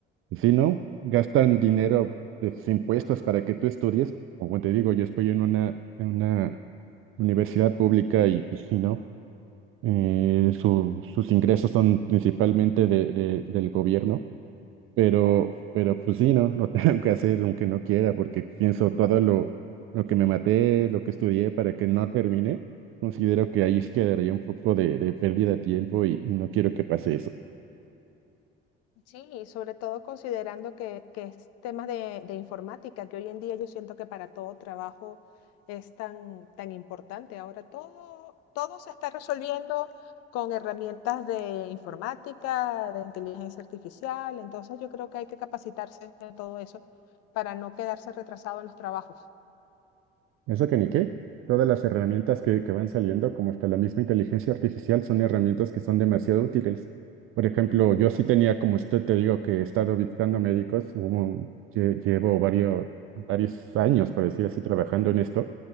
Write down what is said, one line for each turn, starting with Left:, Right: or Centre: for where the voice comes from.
Right: si no, gastan dinero, pues, impuestos para que tú estudies. Como te digo, yo estoy en una, en una universidad pública y pues sí, ¿no? Eh, su- sus ingresos son principalmente de, de- del gobierno, pero, pero pues sí, ¿no? <laughs> Lo tengo que hacer aunque no quiera, porque pienso todo lo, lo que me maté, lo que estudié para que no termine, considero que ahí es quedaría un poco de, de pérdida de tiempo y y no quiero que pase eso.
Left: Sí, y sobre todo considerando que, que es temas de, de informática, que hoy en día yo siento que para todo trabajo es tan, tan importante. Ahora todo, todo se está resolviendo con herramientas de informática, de inteligencia artificial, entonces yo creo que hay que capacitarse en todo eso para no quedarse retrasado en los trabajos.
Right: Eso que ni qué. Todas las herramientas que, que van saliendo, como hasta la misma inteligencia artificial, son herramientas que son demasiado útiles. Por ejemplo, yo sí tenía, como usted te digo, que he estado visitando médicos, hubo- lle- llevo varios, varios años, por decir así, trabajando en esto.